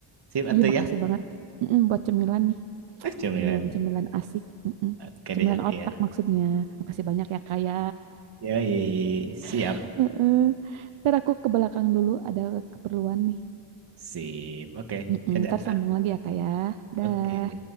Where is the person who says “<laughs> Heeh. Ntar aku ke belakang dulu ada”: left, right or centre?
Right